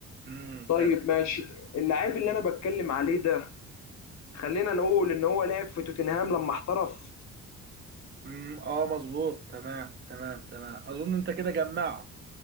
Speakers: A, on the right; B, on the left.
A: امم
B: طيب
A: تمام
B: ماشي اللاعب اللي انا بتكلم عليه ده خلينا نقول ان هو لعب في توتنهام لما احترف
A: امم اه مظبوط تمام تمام تمام اظن انت كده جمعت